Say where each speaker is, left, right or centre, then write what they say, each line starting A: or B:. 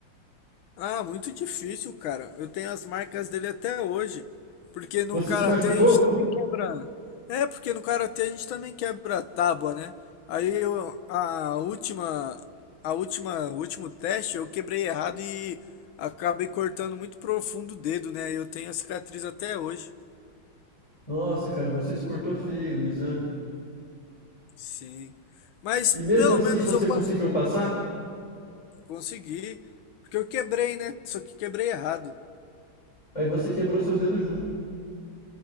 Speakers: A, on the left; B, on the left.
A: Ah, muito difícil, cara. Eu tenho as marcas dele até hoje. Porque no
B: Você
A: karatê
B: se machucou?
A: a gente também quebra. É, porque no karatê a gente também quebra a tábua, né? Aí eu, a última, a última, o último teste eu quebrei errado e acabei cortando muito profundo o dedo, né? Eu tenho a cicatriz até hoje.
B: Nossa, cara, você se cortou feio no exame.
A: Sim. Mas
B: E mesmo
A: pelo
B: assim
A: menos
B: você
A: eu
B: conseguiu
A: passo bem,
B: passar?
A: né? Consegui. Porque eu quebrei, né? Só que quebrei errado.
B: Aí você quebrou seu dedo junto.